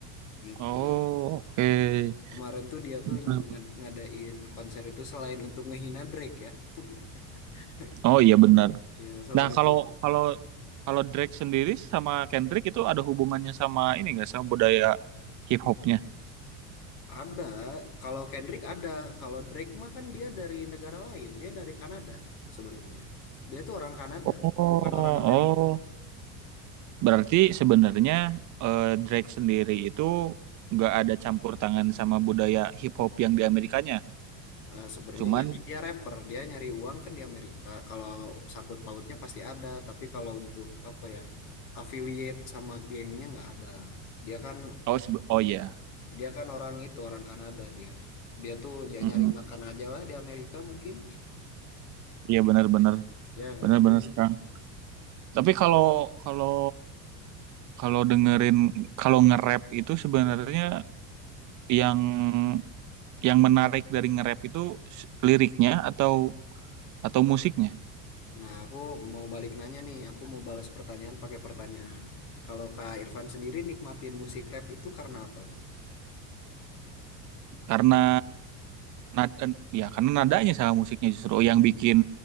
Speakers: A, on the left (about 85°); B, on the right (about 40°).
A: gitu.
B: Oh oke.
A: Kemarin tuh dia
B: Hmm.
A: tuh ngad- ngadain konser itu selain untuk ngehina Drake ya. <laughs>
B: Oh iya benar.
A: Ya selain
B: Nah
A: itu
B: kalau kalau kalau Drake sendiri sama Kendrick itu ada hubungannya sama ini nggak sama budaya hip hopnya?
A: ada, kalau Kendrick ada, kalau Drake mah kan dia dari negara lain, dia dari Kanada sebenarnya. Dia tuh orang Kanada,
B: Oh oh.
A: bukan orang Amerika.
B: Berarti sebenarnya eh, Drake sendiri itu nggak ada campur tangan sama budaya hip hop yang di Amerikanya.
A: Eh, sebenarnya
B: Cuman
A: ya kan dia rapper, dia nyari uang kan di Amerika. Kalau sakut pautnya pasti ada, tapi kalau untuk apa ya affiliate sama gengnya nggak ada. Dia kan
B: Oh sebe- oh iya.
A: dia kan orang itu orang Kanada dia. Dia tuh ya
B: Mm-mm.
A: nyari makan aja lah di Amerika mungkin.
B: Iya benar-benar
A: Ya gak
B: benar-benar
A: sih?
B: sekarang. Tapi kalau kalau kalau dengerin kalau nge-rap itu sebenarnya yang yang menarik dari nge-rap itu s- liriknya atau atau musiknya.
A: Nah, aku mau balik nanya nih, aku mau balas pertanyaan pakai pertanyaan. Kalau Kak Irfan sendiri nikmatin musik rap itu karena apanya?
B: Karena nada ya karena nadanya sama musiknya justru oh, yang bikin